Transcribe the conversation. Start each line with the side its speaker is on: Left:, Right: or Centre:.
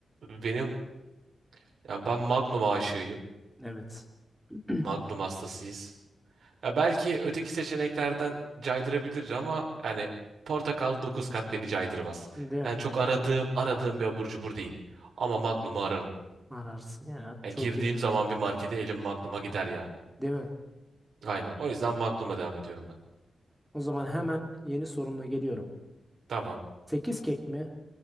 Right: benim yani ben Magnum aşığıyım.
Centre: Evet. <clears throat>
Right: Magnum hastasıyız. Ya belki öteki seçeneklerden caydırabilir ama yani portakal 9 kat beni caydırmaz.
Centre: Değil mi?
Right: Yani çok aradığım aradığım bir abur cubur değil. Ama Magnum'u ararım.
Centre: Ararsın ya.
Right: Yani
Centre: Çok
Right: girdiğim
Centre: iyi.
Right: zaman bir markete elim Magnum'a gider yani.
Centre: Değil mi?
Right: Aynen. O yüzden Magnum'a devam ediyorum ben.
Centre: O zaman hemen yeni sorumla geliyorum.
Right: Tamam.
Centre: sekiz kek mi?